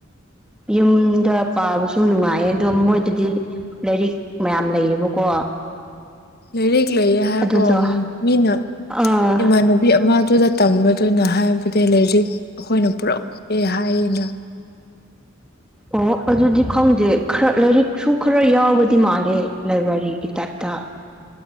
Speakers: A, in the centre; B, on the left (about 50°).
A: ꯌꯨꯝꯗ ꯄꯥꯕꯁꯨ ꯅꯨꯡꯉꯥꯏꯌꯦ ꯑꯗꯣ ꯃꯣꯏꯗꯗꯤ ꯂꯥꯏꯔꯤꯛ ꯃꯌꯥꯝ ꯂꯩꯌꯦꯕꯀꯣ
B: ꯂꯥꯏꯔꯤꯛ ꯂꯩꯌꯦ ꯍꯥꯏꯕ
A: ꯑꯗꯨꯗꯣ
B: ꯃꯤꯅ
A: ꯑꯥ
B: ꯏꯃꯥꯟꯅ ꯅꯨꯄꯤ ꯑꯃꯗꯨꯗ ꯇꯝꯕꯗꯨꯅ ꯍꯥꯏꯕꯗꯤ ꯂꯥꯏꯔꯤꯛ ꯑꯩꯈꯣꯏꯅ ꯄꯨꯔꯛꯑꯦ ꯍꯥꯏꯌꯦꯅ
A: ꯑꯣ ꯑꯗꯨꯗꯤ ꯈꯪꯗꯦ ꯈꯔ ꯂꯥꯏꯔꯤꯛꯁꯨ ꯈꯔ ꯌꯥꯎꯕꯗꯤ ꯃꯥꯜꯂꯦ ꯂꯥꯏꯕ꯭ꯔꯦꯔꯤꯒꯤ ꯇꯥꯏꯞꯇ